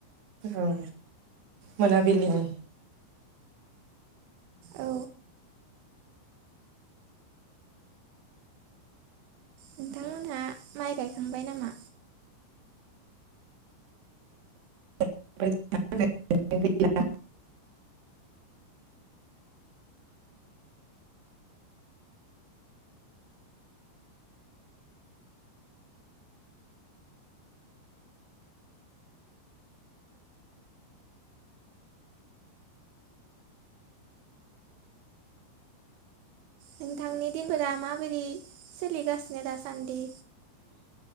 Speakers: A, on the right; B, on the right.
A: औ मोनाबिलिनि।
B: औ नोंथांमोनहा माइ गायखांबाय नामा?
A: <unintelligible>
B: नोंथांनि दिनफोरा माबोरि सोलिगासिनो दासान्दि?